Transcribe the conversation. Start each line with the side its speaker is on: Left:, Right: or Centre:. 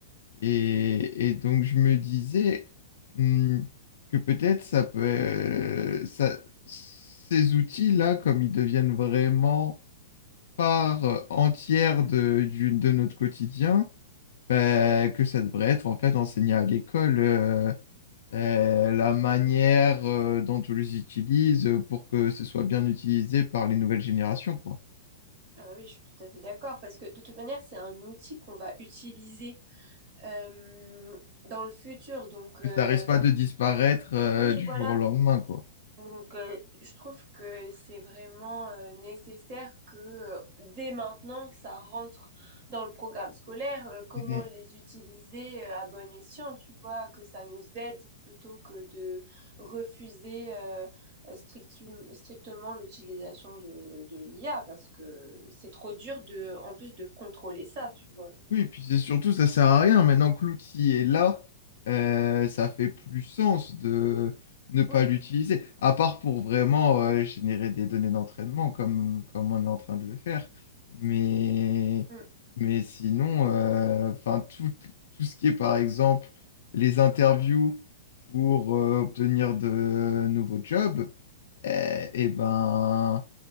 Left: Et, et donc, je me disais hmm, que peut-être ça peut, euh, ça, ces outils-là, comme ils deviennent vraiment part entière de, du- de notre quotidien, ben, que ça devrait être en fait enseigné à l'école. euh, euh, la manière euh, dont on les utilise euh, pour que ce soit bien utilisé par les nouvelles générations, quoi.
Right: Ah bah oui, je suis tout à fait d'accord. Parce que de toute manière, c'est un outil qu'on va utiliser euh, dans le futur. Donc,
Left: Que
Right: euh,
Left: ça risque pas de disparaître euh,
Right: oui,
Left: du
Right: voilà.
Left: jour au lendemain, quoi.
Right: Donc, euh, je trouve que c'est vraiment euh, nécessaire que euh, dès maintenant, ça rentre dans le programme scolaire, euh, comment
Left: Mm, mm.
Right: les utiliser euh, à bon escient, tu vois, que ça nous aide plutôt que de refuser euh, strictum- strictement l'utilisation de, de l'IA, parce que c'est trop dur de, en plus de contrôler ça, tu vois. Donc,
Left: Oui, et puis c'est surtout, ça sert à rien. Maintenant que l'outil est là, euh, ça fait plus sens de ne pas
Right: oui,
Left: l'utiliser, à part pour vraiment euh, générer des données d'entraînement comme, comme on est en train de le faire. Mais,
Right: Mm.
Left: mais sinon, euh, enfin, tout, tout ce qui est, par exemple, les interviews pour euh, obtenir de nouveaux jobs, et ben,